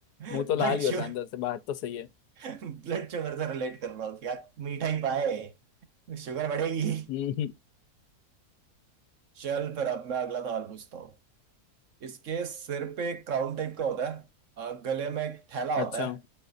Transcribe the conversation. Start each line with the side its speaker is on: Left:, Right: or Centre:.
Left: मुंह
Right: ब्लड
Left: तो लाल ही होता
Right: शुगर
Left: है अंदर से बाहर तो सही है
Right: ब्लड शुगर से रिलेट कर रहा हूँ क्या मीठा ही पाए शुगर बढ़ेगी
Left: हम्म,
Right: चल फिर अब मैं अगला सवाल पूछता हूँ इसके सिर पे एक क्राउन टाइप का होता है और गले में एक थैला होता
Left: अच्छा
Right: है